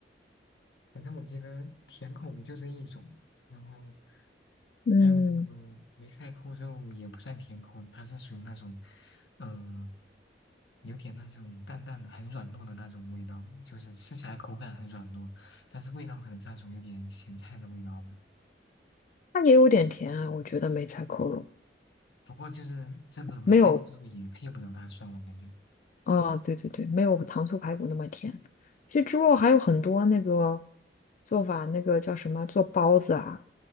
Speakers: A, on the left; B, on the left.
A: 反正我记得甜口的就这一种，然后
B: 嗯，
A: 还有那个梅菜扣肉也不算甜口，它是属于那种，嗯、有点那种淡淡的、很软糯的那种味道，就是吃起来口感很软糯，但是味道可能是那种有点咸菜的味道吧。
B: 它也有点甜啊，我觉得梅菜扣肉
A: 不过就是这个梅菜扣肉也配不了大蒜，
B: 没有
A: 我感觉
B: 啊，对对对，没有糖醋排骨那么甜。其实猪肉还有很多那个做法，那个叫什么，做包子啊、